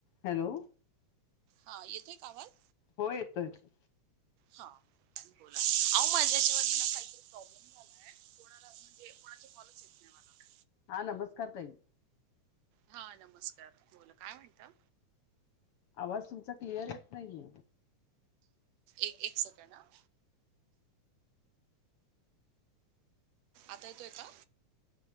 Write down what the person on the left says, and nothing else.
Hello.
हो येतो येतोय.
हा नमस्कार ताई.
आवाज तुमचा क्लिअर येत नाहीये.